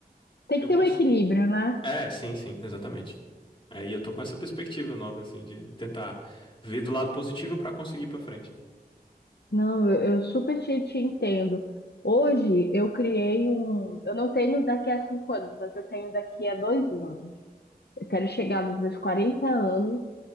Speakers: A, on the left; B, on the left.
A: Tem
B: eu
A: que
B: consigo.
A: ter um equilíbrio, né?
B: É, sim, sim, exatamente. Aí eu tô com essa perspectiva nova, assim, de tentar ver do lado positivo pra conseguir ir pra frente.
A: Não, eu, eu super te, te entendo. Hoje eu criei um. Eu não tenho daqui a cinco anos, mas eu tenho daqui a dois anos. Eu quero chegar nos meus 40 anos